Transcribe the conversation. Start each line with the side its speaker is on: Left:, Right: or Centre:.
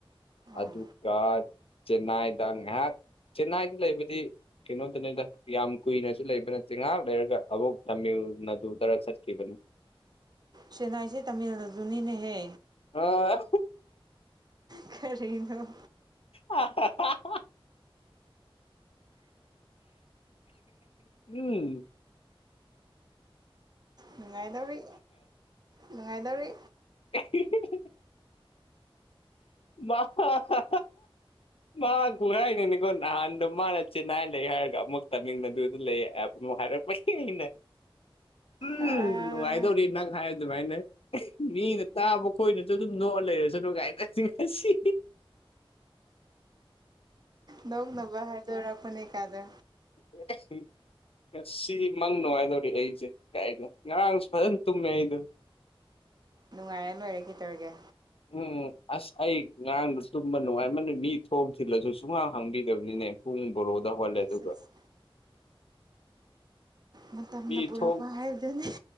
Right: ꯑꯣ
Left: ꯑꯗꯨꯒ ꯆꯦꯟꯅꯥꯏꯗ ꯉꯥꯏꯍꯥꯛ ꯆꯦꯟꯅꯥꯏꯗ ꯂꯩꯕꯗꯤ ꯀꯩꯅꯣꯗꯅꯦꯗ ꯌꯥꯝ ꯀꯨꯏꯅꯁꯨ ꯂꯩꯕ ꯅꯠꯇꯤ ꯉꯍꯥꯛ ꯂꯩꯔꯒ ꯑꯃꯨꯛ ꯇꯥꯃꯤꯜ ꯅꯥꯗꯨꯗꯔ ꯆꯠꯈꯤꯕꯅꯤ
Right: ꯆ‌ꯦꯟꯅꯥꯏꯁꯦ ꯇꯥꯃꯤꯜ ꯅꯥꯗꯨꯅꯤꯅꯦꯍꯦ
Left: ꯑꯥ
Right: ꯀꯔꯤꯅ‌ꯣ
Left: ꯑ ꯍꯥ ꯍꯥ ꯎꯝ
Right: ꯅꯨꯡꯉꯥꯏꯗꯧꯔꯤ ꯅꯨꯡꯉꯥꯏꯗꯧꯔꯤ
Left: <unintelligible> ꯋꯥ ꯍꯥ ꯍꯥ ꯃꯥ ꯈꯨꯔꯥꯏ ꯍꯥꯏꯅꯤꯅꯤꯀꯣ ꯅꯍꯥꯟꯗꯣ ꯃꯥꯅ ꯆ‌ꯦꯟꯅꯥꯏ ꯂꯩ ꯍꯥꯏꯔꯒ ꯑꯃꯨꯛ ꯇꯃꯤꯜ ꯅꯥꯗꯨꯗ ꯂꯩ ꯍꯥꯏꯔꯛꯄꯒꯤꯅꯦ ꯎꯝ
Right: ꯑꯥ
Left: ꯅꯨꯡꯉꯥꯏꯗꯧꯔꯤ ꯅꯪ ꯍꯥꯏ ꯑꯗꯨꯃꯥꯏꯅ ꯃꯤꯅ ꯇꯥꯕ ꯈꯣꯏꯅꯁꯨ ꯑꯗꯨꯝ ꯅꯣꯛꯑ ꯂꯩꯔꯁꯅꯨ ꯀꯥꯏ ꯉ ꯁꯤ
Right: ꯅꯧ ꯅꯕ ꯍꯥꯏꯗ‌ꯣꯔꯛꯄꯅ‌ꯦ ꯀꯥꯗ
Left: <unintelligible> ꯁꯤ ꯃꯪ ꯅꯨꯡꯉꯥꯏꯗꯧꯔꯤ ꯑꯩꯁꯦ ꯀꯥꯏꯅꯣ ꯉꯔꯥꯡꯁꯨ ꯐꯖꯅ ꯇꯨꯝꯃꯦ ꯑꯩꯗꯣ
Right: ꯅꯨꯡꯉꯥꯏꯔꯦ ꯂꯣꯏꯔꯦ ꯀꯩꯇꯧꯔꯒꯦ
Left: ꯎꯝ ꯑꯁ ꯑꯩ ꯉꯔꯥꯡꯗ ꯇꯨꯝꯕ ꯅꯨꯡꯉꯥꯏꯃꯅꯤ ꯃꯤ ꯊꯣꯡ ꯊꯤꯜꯂꯁꯨ ꯁꯨꯡꯍꯥꯡ ꯍꯥꯡꯕꯤꯗꯕꯅꯤꯅꯦ ꯕꯔꯣꯗ ꯍꯩꯒꯠꯂꯦ
Right: ꯑꯁ
Left: ꯑꯗꯨꯒ
Right: ꯑꯁ ꯃꯇꯝꯅ
Left: ꯃꯤ
Right: ꯄꯨꯔꯛꯄ
Left: ꯊꯣꯡ
Right: ꯍꯥꯏꯕꯗꯨꯅꯤ